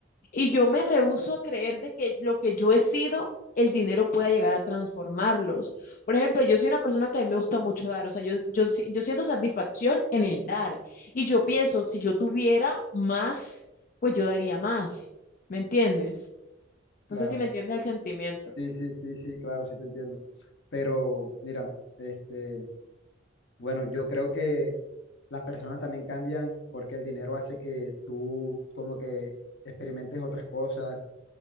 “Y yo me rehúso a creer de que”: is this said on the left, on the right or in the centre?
Left